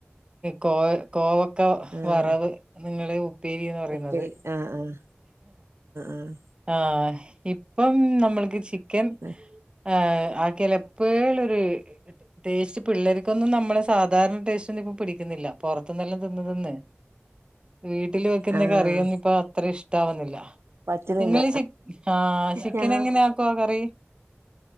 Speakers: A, on the right; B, on the right.
A: കോവ കോവക്ക
B: ആഹ്
A: വറവ് നിങ്ങള് ഉപ്പേരിന്ന് പറയുന്നത്
B: ഉപ്പേരി ആഹ് ആഹ് ആഹ്
A: ആഹ് ഇപ്പം നമ്മളിക്ക് ചിക്കൻ
B: ആഹ്
A: ആഹ് ആക്കേല് എപ്പേലൊരു ടേസ്റ്റ് പിള്ളേരിക്കൊന്നും നമ്മള സാധാരണ ടേസ്റ്റ് ഒന്നും ഇപ്പ പിടിക്കുന്നില്ല പുറത്തിന്നെല്ലാം തിന്നുതിന്നേ വീട്ടില് വെക്കുന്ന
B: ആഹ്
A: കറിയൊന്നും ഇപ്പ അത്ര ഇഷ്ടാവുന്നില്ല
B: പറ്റുന്നില്ല
A: നിങ്ങളീ ചിക് ആഹ് ചിക്കൻ
B: ഞങ്ങ
A: എങ്ങനെ ആക്കുവാ കറി